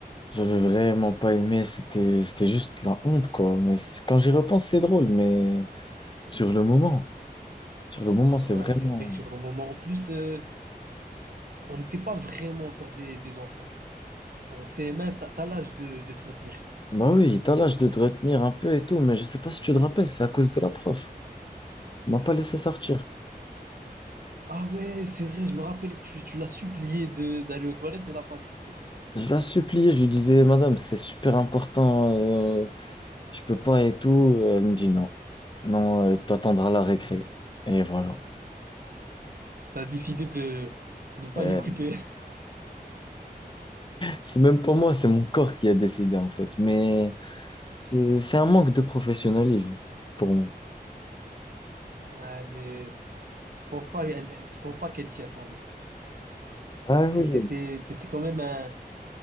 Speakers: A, on the left; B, on the right.
A: J'avais vraiment pas aimé. C'était, c'était juste la honte, quoi. Mais c- quand j'y repense, c'est drôle, mais sur le moment, sur le moment, c'est
B: Ouais,
A: vraiment.
B: c'est vrai que sur le moment, en plus, euh, on n'était pas vraiment encore des, des enfants. En CM1, t'as, t'as l'âge de, de te retenir.
A: Bah oui, t'as l'âge de te retenir un peu et tout, mais je sais pas si tu te rappelles, c'est à cause de la prof. Elle m'a pas laissé sortir.
B: Ah ouais, c'est vrai, je me rappelle que tu, tu l'as supplié de, d'aller aux toilettes et elle n'a pas accepté.
A: Je la suppliais, je lui disais, Madame, c'est super important. euh, je peux pas et tout. Elle me dit non. Non, euh, t'attendras la récré. Et voilà.
B: T'as décidé de ne pas
A: Euh,
B: l'écouter. <laughs>
A: c'est même pas moi, c'est mon corps qui a décidé en fait. Mais c'est c'est un manque de professionnalisme pour moi.
B: Ouais, mais je pense pas, elle- elle- je pense pas qu'elle s'y attendait.
A: Ah
B: Parce que
A: oui.
B: tu étais, quand même un,